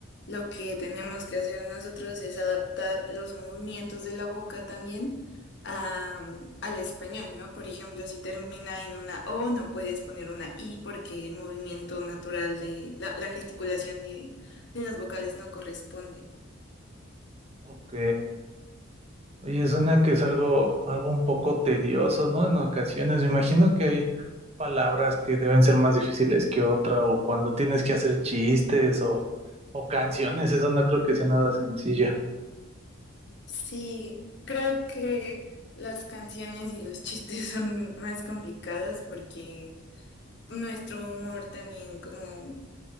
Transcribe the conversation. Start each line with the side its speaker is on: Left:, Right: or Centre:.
Left: lo que tenemos que hacer nosotros es adaptar los movimientos de la boca también a- al español, ¿no? Por ejemplo, si termina en una O, no puedes poner una I porque el movimiento natural de la, la gesticulación de, de las vocales no corresponde.
Right: Ok, Oye, suena que es algo, algo un poco tedioso, ¿no? En ocasiones, me imagino que hay palabras que deben ser más difíciles que otra, o cuando tienes que hacer chistes o, o canciones, eso no creo que sea nada sencillo.
Left: Sí, creo que las canciones y los <laughs> chistes son más complicados porque nuestro humor también como